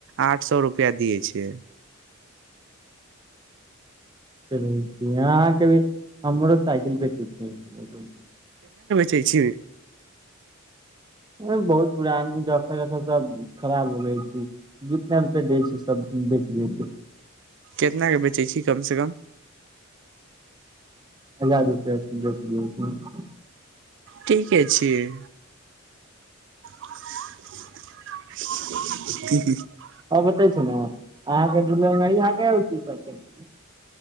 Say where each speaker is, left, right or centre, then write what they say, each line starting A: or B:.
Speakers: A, on the right; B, on the right.
A: आठ सौ रुप्आ दियए छिअइ
B: चलू अहाँके भी हमरो साइकिल बैटीक छई लगल
A: चै छिअई
B: बहुत पुरान सब खराब लगैछैइ जितना रूप दै छै सब बेच दै छै
A: केतना के बेचै छी कमसँ कम
B: हजार रुपआ छै छै <unintelligible>
A: ठीके छिअई हि <unintelligible>
B: बत छै ने अहाँके डीहाँल <unintelligible>